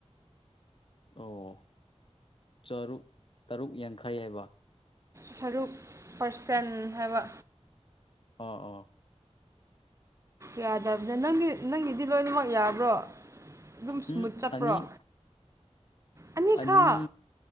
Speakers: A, on the left; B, on the right.
A: ꯑꯣ ꯆꯔꯨꯛ ꯇꯔꯨꯛ ꯌꯥꯡꯈꯩ ꯍꯥꯏꯕ
B: ꯁꯔꯨꯛ ꯄꯔꯁꯦꯟ ꯍꯥꯏꯕ
A: ꯑ ꯑ
B: ꯌꯥꯗꯕꯗ ꯅꯪꯒꯤ ꯅꯪꯒꯤꯗꯤ ꯂꯣꯏꯅꯃꯛ ꯌꯥꯕ꯭ꯔꯣ ꯑꯗꯨꯝ ꯏꯁꯃꯨꯠ
A: ꯎꯝ
B: ꯆꯠꯄ꯭ꯔꯣ
A: ꯑꯅꯤ
B: ꯑꯅꯤꯈꯛ
A: ꯑꯅꯤ